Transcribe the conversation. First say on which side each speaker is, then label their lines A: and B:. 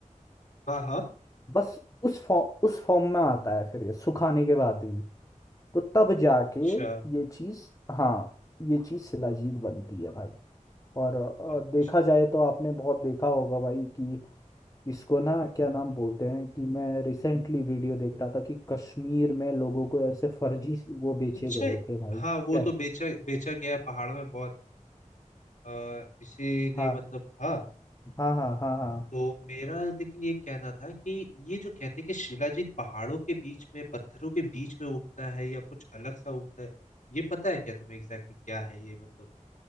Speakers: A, on the left; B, on the left.
A: हाँ हाँ
B: बस उस फॉर्म उस फॉर्म में आता है फिर ये सुखाने के बाद भी। तो तब जाके
A: अच्छा
B: ये चीज हाँ ये चीज शिलाजीत बनती है भाई और अ,
A: अच्छा
B: देखा जाए तो आपने बहुत देखा होगा भाई कि इसको ना क्या नाम बोलते हैं कि मैं रिसेंटली वीडियो देख रहा था कि कश्मीर में लोगों को ऐसे फर्जी वो बेचे
A: अच्छा
B: गए थे भाई
A: हाँ
B: क्या
A: वो तो बेचा बेचा गया पहाड़ में बहुत आ, इसीलिए
B: हाँ
A: मतलब था
B: हाँ हाँ हाँ हाँ
A: तो मेरा लेकिन ये कहना था कि ये जो कहते हैं कि शिलाजीत पहाड़ों के बीच में पत्थरों के बीच में उगता है या कुछ अलग सा उगता है ये पता है क्या तुम्हें एग्जैक्टली exactly क्या है ये मतलब